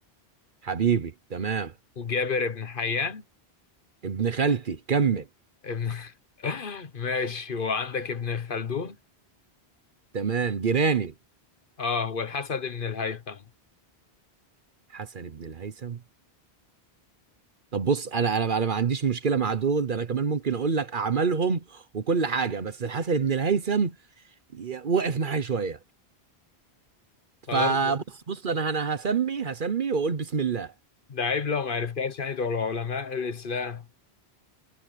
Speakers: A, on the right; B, on the left.
A: حبيبي تمام
B: وجابر ابن حيان
A: ابن خالتي كمل
B: ابن <laughs> ماشي وعندك ابن خلدون
A: تمام جيراني
B: اه والحسن ابن الهيثم
A: حسن ابن الهيثم طب بص انا انا انا ما عنديش مشكله مع دول ده انا كمان ممكن اقول لك اعمالهم وكل حاجه بس الحسن بن الهيثم ي- وقف معايا شويه
B: خلاص
A: فبص بص انا انا هسمي هسمي واقول بسم الله
B: ده عيب لو ما عرفتهاش يعني دول علماء الإسلام